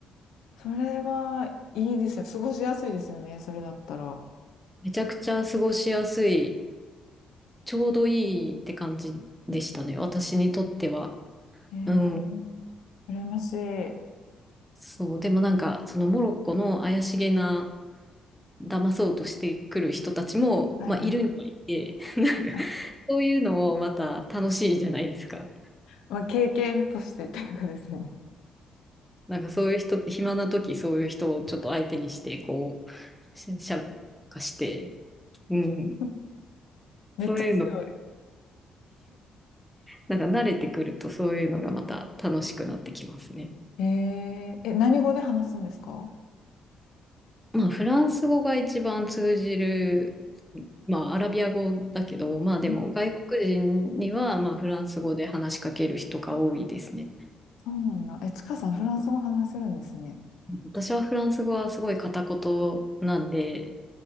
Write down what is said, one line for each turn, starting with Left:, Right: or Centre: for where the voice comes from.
Left: それはいいですよ過ごしやすいですよね、それだったら。
Centre: めちゃくちゃ過ごしやすい、ちょうどいいって感じでしたね。私にとっては。
Left: ええ
Centre: うん。
Left: 羨ましい。は
Centre: そう。でもなんか、そのモロッコの怪しげな、騙そうとしてくる人たちも、
Left: いはい。
Centre: まあいるにはいて、<laughs> なんか、
Left: あ、
Centre: そういうのもまた楽しいじゃないですか。
Left: まあ、経験としてっていうかですよね。
Centre: なんかそういう人って暇な時そういう人をちょっと相手にして、こう、ししゃべりとかして、うん。
Left: <laughs> めっちゃ強い。
Centre: そういうの、なんか慣れてくるとそういうのがまた楽しくなってきますね。
Left: えええ、何語で話すんですか
Centre: まあフランス語が一番通じる、まあアラビア語だけど、まあでも外国人にはまあフランス語で話しかける人が多いですね。
Left: うんそうなんだ。え、ちかさん、フランス語話せるんですね。
Centre: 私はフランス語はすごい片言なんで、